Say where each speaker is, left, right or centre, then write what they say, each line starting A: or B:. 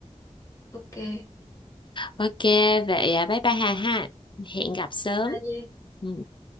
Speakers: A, on the left (about 25°); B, on the left (about 40°).
A: ok bye
B: Ok, vậy à, bye bye Hà ha. Hẹn gặp sớm.
A: bye Ly
B: Ừ.